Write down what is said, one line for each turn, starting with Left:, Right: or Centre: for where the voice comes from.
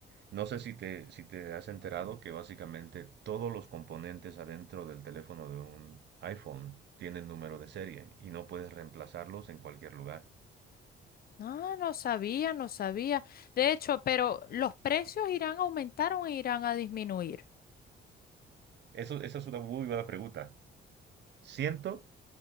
Right: No sé si te, si te has enterado que básicamente todos los componentes adentro del teléfono de un iPhone tienen número de serie y no puedes reemplazarlos en cualquier lugar.
Left: Ah, no sabía, no sabía. De hecho, pero los precios irán a aumentar o irán a disminuir.
Right: Eso, esa es una muy buena pregunta. siento